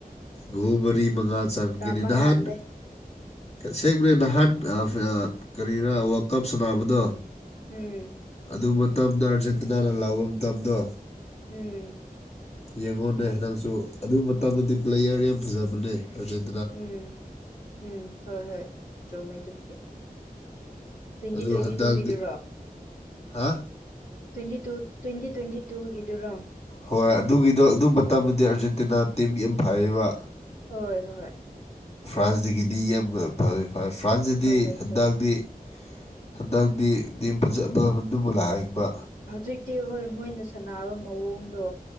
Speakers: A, on the left; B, on the left.
A: ꯒꯣꯕꯔꯤ ꯃꯉꯥ ꯆꯥꯟꯒꯅꯤ
B: ꯇꯝꯕ
A: ꯅꯍꯥꯟ
B: ꯉꯝꯗꯦ
A: ꯁꯦꯡꯕꯅꯦ ꯅꯍꯥꯟ ꯀꯔꯤꯅ ꯋꯥꯔꯜ ꯀꯞ ꯁꯥꯟꯅꯕꯗꯣ
B: ꯎꯝ
A: ꯑꯗꯨ ꯃꯇꯝꯗ ꯑꯔꯆꯠꯇꯅꯥꯅ ꯂꯥꯛꯕ ꯃꯇꯝꯗꯣ
B: ꯎꯝ
A: ꯌꯦꯡꯉꯣꯅꯦ ꯅꯪꯁꯨ ꯑꯗꯨ ꯃꯇꯝꯗꯗꯤ ꯄ꯭ꯂꯦꯌꯔ ꯌꯥꯝ ꯐꯖꯕꯅꯦ ꯑꯔꯖꯦꯟ
B: ꯎꯝ ꯎꯝ ꯍꯣꯏ ꯍꯣꯏ ꯆꯣꯡꯃꯦ ꯑꯗꯨꯕꯨꯗꯤ ꯇ꯭ꯋꯦꯟꯇꯤ
A: ꯑꯗꯨ
B: ꯇ꯭ꯋꯦꯟꯇꯤꯨꯒꯤꯗꯨꯔꯣ
A: ꯍꯟꯗꯛꯇꯤ ꯍꯥ
B: ꯇꯗꯤ ꯇꯨ ꯇ꯭ꯋꯦꯟꯇꯤ ꯇ꯭ꯋꯦꯟꯇꯤ ꯇꯨꯒꯤꯗꯨꯔꯣ
A: ꯍꯣꯏ ꯑꯗꯨꯒꯤꯗꯣ ꯑꯗꯨ ꯃꯇꯝꯗꯨꯗꯤ
B: ꯑꯣ
A: ꯑꯥꯔꯖꯦꯟꯇꯤꯅꯥ ꯇꯤꯝ ꯌꯥꯝ ꯐꯩꯌꯦꯕ
B: ꯍꯣꯏ ꯍꯣꯏ
A: ꯐ꯭ꯔꯥꯟꯁꯇꯒꯤꯗꯤ ꯌꯥꯝꯕ ꯐꯦ ꯐꯦ ꯐ꯭ꯔꯥꯟꯁꯇꯗꯤ
B: ꯍꯣꯏ ꯍꯣꯏ
A: ꯍꯟꯗꯛꯗꯤ
B: ꯆꯨꯝꯃꯦ
A: ꯍꯟꯗꯛꯇꯤ ꯇꯤꯝ ꯐꯖ ꯐꯕꯗꯨꯕꯨ ꯂꯥꯛꯏꯕ
B: ꯍꯧꯖꯤꯛꯇꯤ ꯍꯣꯏ ꯃꯣꯏꯅ ꯁꯥꯟꯅꯕ ꯃꯑꯣꯡꯗꯣ